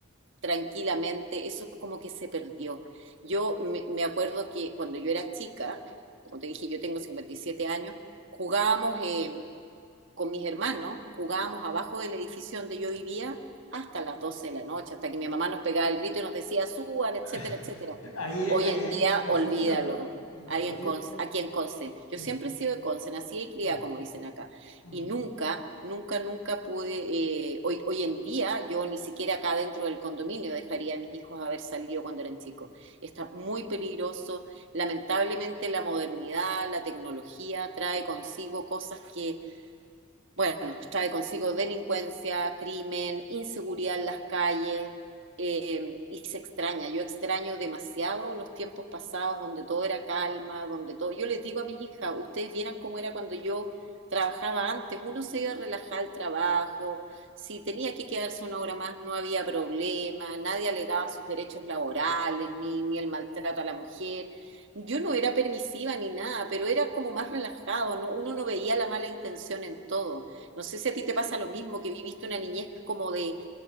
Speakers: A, on the right (about 55°); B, on the left (about 80°).
A: tranquilamente, eso como que se perdió. Yo me, me acuerdo que cuando yo era chica, como te dije, yo tengo 57 años, jugábamos eh, con mis hermanos, jugábamos abajo del edificio donde yo vivía hasta las 12 de la noche, hasta que mi mamá nos pegaba el grito y nos decía, suban, etcétera,
B: <laughs>
A: etcétera.
B: Ahí,
A: Hoy
B: ahí
A: en
B: en,
A: día,
B: en Concepción.
A: olvídalo.
B: En Concepción.
A: Ahí en Conce- aquí en Conce. Yo
B: Sí.
A: siempre he sido de Conce, nacida y criada,
B: Mm.
A: como dicen acá.
B: Mm.
A: Y nunca, nunca, nunca pude. eh, hoy, hoy en día, yo ni siquiera acá dentro del condominio dejaría a mis hijos haber salido cuando eran chicos. Está muy peligroso. Lamentablemente, la modernidad, la tecnología trae consigo cosas que bueno, trae consigo delincuencia, crimen, inseguridad en las calles, eh, y se extraña. Yo extraño demasiado los tiempos pasados donde todo era calma, donde todo... Yo les digo a mis hijas, ustedes vieran cómo era cuando yo trabajaba antes. Uno se iba a relajar al trabajo, si tenía que quedarse una hora más no había problema, nadie alegaba sus derechos laborales, ni, ni el maltrato a la mujer. Yo no era permisiva ni nada, pero era como más relajado, ¿no? Uno no veía la mala intención en todo. No sé si a ti te pasa lo mismo, que viviste una niñez como de,